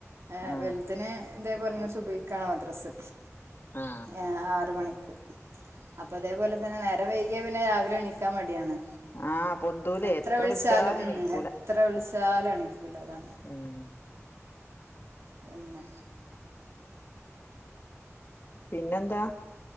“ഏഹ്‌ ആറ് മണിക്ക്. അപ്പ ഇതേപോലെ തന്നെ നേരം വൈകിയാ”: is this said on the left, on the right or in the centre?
Right